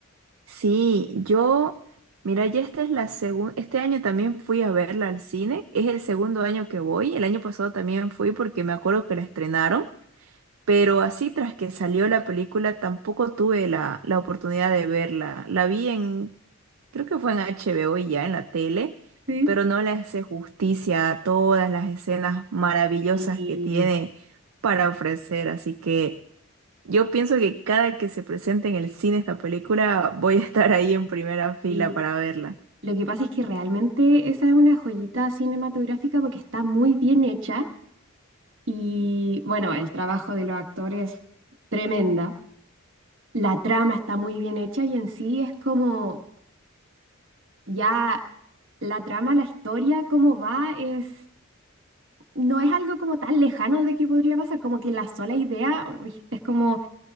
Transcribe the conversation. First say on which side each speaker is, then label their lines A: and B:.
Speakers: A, on the right; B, on the right.
A: sí, yo, mira, ya esta es la segunda, este año también fui a verla al cine, es el segundo año que voy, el año pasado también fui porque me acuerdo que la estrenaron. Pero así tras que salió la película tampoco tuve la, la oportunidad de verla. La vi en, creo que fue en HBO y ya en la tele,
B: Sí.
A: pero no le hace justicia a todas las escenas maravillosas
B: Y,
A: que tiene para ofrecer. Así que yo pienso que cada que se presente en el cine esta película voy a estar ahí en primera fila
B: y
A: para verla.
B: lo que pasa es que realmente esa es una joyita cinematográfica porque está muy bien hecha y bueno, el trabajo de los actores tremenda. La trama está muy bien hecha y en sí es como ya la trama, la historia, cómo va, es no es algo como tan lejano de que podría pasar, como que la sola idea uy, es como